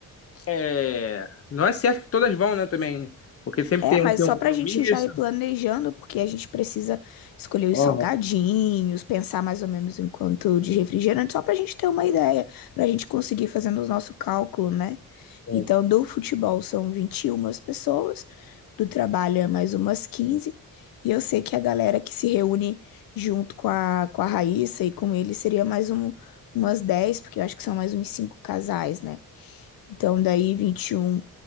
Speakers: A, on the left; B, on the left.
A: é, não é certo que todas vão, né, também, né? Porque sempre
B: É,
A: tem
B: mas
A: um que tem
B: só
A: um compromisso.
B: pra gente já ir planejando, porque a gente precisa escolher os
A: Aham,
B: salgadinhos, pensar mais ou menos em quanto de refrigerante, só pra gente ter uma ideia, pra gente conseguir fazendo o nosso cálculo, né?
A: sim.
B: Então, do futebol são 21 pessoas, do trabalho é mais umas 15 e eu sei que a galera que se reúne junto com a, com a Raíssa e com ele seria mais um, umas 10, porque eu acho que são mais uns 5 casais, né? Então, daí 21